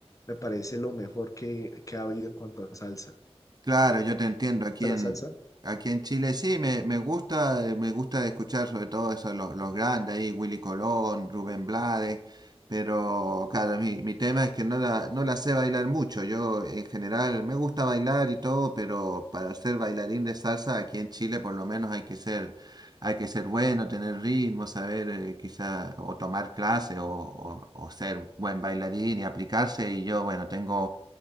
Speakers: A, on the left; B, on the right.
A: me parece lo mejor que, que ha habido en cuanto a salsa. ¿Te
B: Claro, yo te entiendo. Aquí
A: gusta
B: en,
A: la salsa?
B: aquí en Chile sí, me, me gusta, eh, me gusta escuchar sobre todo eso, lo- los grandes ahí, Willy Colón, Rubén Blades, pero claro, mi, mi tema es que no la, no la sé bailar mucho. Yo en general me gusta bailar y todo, pero para ser bailarín de salsa aquí en Chile por lo menos hay que ser, hay que ser bueno, tener ritmo, saber eh, quizá o tomar clases o, o o ser buen bailarín y aplicarse. Y yo, bueno, tengo